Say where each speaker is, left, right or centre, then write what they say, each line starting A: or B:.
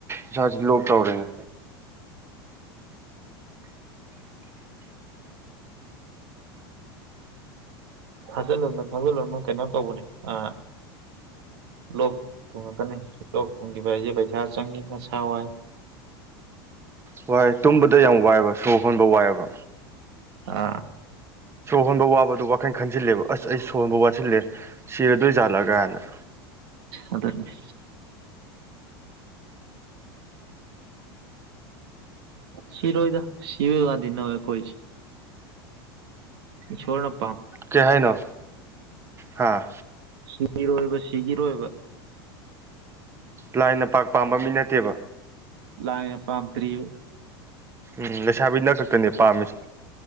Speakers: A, on the right; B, on the right.
A: ꯏꯁꯥꯁꯤ ꯂꯣꯛ ꯇꯧꯔꯦꯅꯦ
B: ꯊꯥꯖꯤꯜꯂꯨꯅꯨ ꯊꯥꯖꯤꯜꯂꯨꯅꯨ ꯀꯩꯅꯣ ꯇꯧꯕꯅꯦ ꯑ ꯂꯣꯛ ꯊꯨꯡꯉꯛꯀꯅꯤ ꯂꯣꯛ ꯊꯨꯡꯈꯤꯕ ꯍꯥꯏꯁꯦ ꯄꯩꯁꯥ ꯆꯪꯉꯤ ꯅꯁꯥ ꯋꯥꯏ
A: ꯍꯏ ꯇꯨꯝꯕꯗ ꯌꯥꯝ ꯋꯥꯏꯑꯕ ꯁꯣꯔ ꯍꯣꯟꯕ ꯋꯥꯏꯑꯕ
B: ꯑꯥ
A: ꯁ ꯍꯣꯟꯕ ꯋꯥꯕꯗ ꯋꯥꯈꯜ ꯈꯟꯖꯤꯜꯂꯦꯕ ꯑꯁ ꯑꯩ ꯁꯨꯍꯣꯟꯕ ꯋꯥꯠꯁꯤꯜꯂꯦ ꯁꯤꯔꯗꯣꯏ ꯖꯥꯜꯂꯒꯅ
B: ꯑꯗꯨꯗꯅꯦꯦ ꯁꯤꯔꯣꯏꯗ ꯁꯤꯔꯣꯏ ꯋꯥꯗꯅꯈꯣꯏ ꯁꯣꯣꯔꯅ
A: ꯀ ꯍꯥꯏꯥꯏꯅꯣ ꯍꯥꯥ
B: ꯁꯤꯒꯤꯔꯣꯏꯕ ꯁꯤꯒꯤꯔꯣꯏꯕ
A: ꯂꯥꯏꯅ ꯄꯥꯛ ꯄꯥꯝꯕ ꯃꯤ ꯅꯠꯇꯦꯕ
B: ꯂꯥꯏꯅ ꯄꯥꯝꯗ꯭ꯔꯤꯕ
A: ꯎꯝ ꯂꯩꯁꯥꯕꯤꯅ ꯈꯛꯇꯅꯦ ꯄꯥꯝꯃꯤꯁꯤ